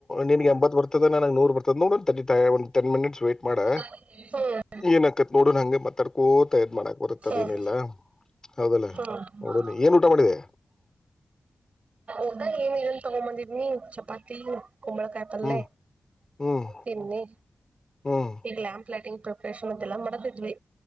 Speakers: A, on the left; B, on the right.
A: ನಿನಗೆ ಎಂಬತ್ತು ಬರ್ತದ ನನಗೆ ನೂರು ಬರ್ತದ ನೋಡ ತ ಒಂದು ಟೆನ್ ಮಿನಿಟ್ಸ್ ವೆಯ್ಟ್ ಮಾಡೆ
B: ಹ್ಮ
A: ಏನ್ಕತ್ ನೋಡ ಹಂಗೆ ಮತ್ತಾಡ್ಕೋ ತಯದ್ ಮಾಡಕ್ ಬರುತ್ತದ
B: ಹ್ಮ್
A: ಏನಿಲ್ಲಾ ಹೌದಲ್ಲ
B: ಹ್ಮ್
A: ನೋಡಣಿ ಏನ್ ಊಟ ಮಾಡಿದೆ
B: ಹದ ಏನ್ ಇದನ್ ತಗೊಂಡ ಬಂದಿದ್ನಿ ಚಪಾತಿ ಕಮಳ ಕಾಯತಾರಲ್ಲ
A: ಹ್ಮ್ ಹ್ಮ್
B: ತಿಮನಿ
A: ಹ್ಮ್
B: ಇಗಲಾಮ ್ಲೈಟಂಗ್ ಪ್ರಿಪರೇಷನ್ ಅ ಎಲ್ಲ ಮಾಡತಿದ್ವಿ